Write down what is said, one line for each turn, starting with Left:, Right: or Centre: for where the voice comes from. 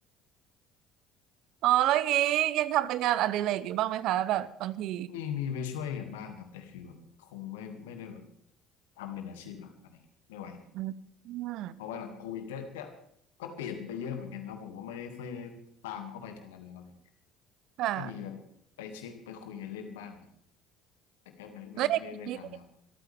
Right: อ๋อแล้วอย่างนี้ยังทำเป็นงานอดิเรกอยู่บ้างไหมคะแบบบางที
Left: มีมีไปช่วยกันบ้างครับแต่คือแบบคงไม่ไม่ได้แบบทำเป็นอาชีพหลักอะไรอย่างเงี้ยไม่ไหว
Right: อืมอืม
Left: เพราะว่าหลังโควิดก็ก็ก็เปลี่ยนไปเยอะเหมือนกันแล้วผมก็ไม่ได้ค่อยได้ตามเข้าไปตรงนั้นแล้วอะไรอย่างเงี้ย
Right: ค่ะ
Left: ถ้ามีแบบไปเช็คไปคุยกันเล่นบ้างแต่ก็ไม่ไม่ไม่ไม่ทำแล้ว
Right: แล้วอย่างนี้